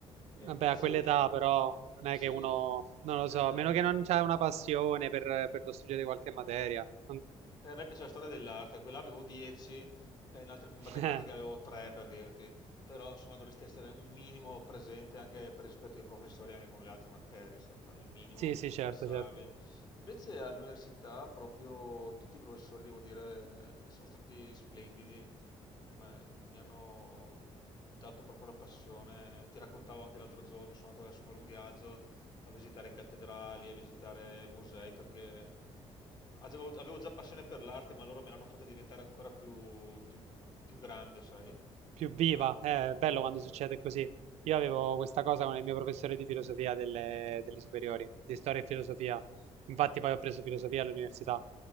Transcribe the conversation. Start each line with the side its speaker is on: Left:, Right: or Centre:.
Left: E
Right: Vabbè,
Left: invece,
Right: a quell'età però non
Left: sì,
Right: è che uno,
Left: eh
Right: non lo so,
Left: beh,
Right: a meno che non c'è una passione per, per lo studio di qualche materia. Non-
Left: Eh, a me piaceva la storia dell'arte, quella avevo 10, eh, in altre in matematica
Right: <laughs>
Left: avevo 3 per dirti, però insomma dovresti essere un minimo presente anche per rispetto ai professori, anche con le altre materie, sai, fare il minimo
Right: Sì,
Left: indispensabile.
Right: sì, certo, certo.
Left: Invece all'università proprio tutti i professori, devo dire, sono stati splendidi con me, mi hanno dato proprio la passione. Ti raccontavo anche l'altro giorno, sono andato adesso per un viaggio a visitare cattedrali, a visitare musei, perché eh, avevo, avevo già passione per l'arte, ma loro me l'hanno fatta diventare ancora più, più- più grande, sai?
Right: più viva. eh, È bello quando succede così. Io avevo questa cosa con il mio professore di filosofia delle, delle superiori, di storia e filosofia. Infatti poi ho preso filosofia all'università,